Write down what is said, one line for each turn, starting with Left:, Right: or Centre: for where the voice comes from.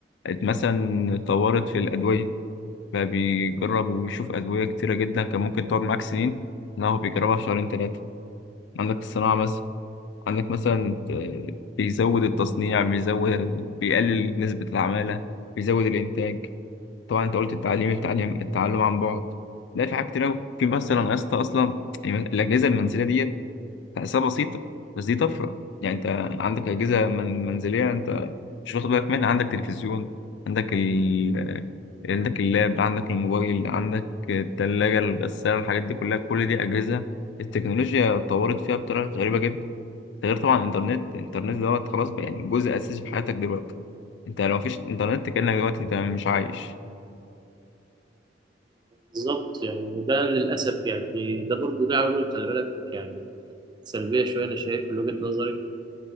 Left: مثلا طورت في الأدوية بقى بيجرب وبيشوف أدوية كتيرة جدا كان ممكن تقعد معاك سنين لا هو بيجربها في شهرين تلاتة عندك الصناعة مثلا عندك مثلا آه، بيزود التصنيع بيزود بيقلل نسبة العمالة بيزود الإنتاج طبعا أنت قلت التعليم التعليم التعلم عن بعد لا في حاجات كتير أوي في مثلا يا اسطى أصلا يعني الأجهزة المنزلية ديت تحسها بسيطة بس دي طفرة يعني أنت عندك أجهزة من منزلية أنت مش واخد بالك منها عندك تلفزيون عندك ال عندك اللاب عندك الموبايل عندك التلاجة الغسالة الحاجات دي كلها كل دي أجهزة التكنولوجيا اتطورت فيها بطريقة غريبة جدا ده غير طبعا الإنترنت الإنترنت دوت خلاص بقى يعني جزء أساسي في حياتك دلوقتي أنت لو مفيش إنترنت كأنك دلوقتي أنت مش عايش
Right: بالظبط يعني وده للأسف يعني ده برضه له عوامل خلي بالك يعني سلبية شوية أنا شايف من وجهة نظري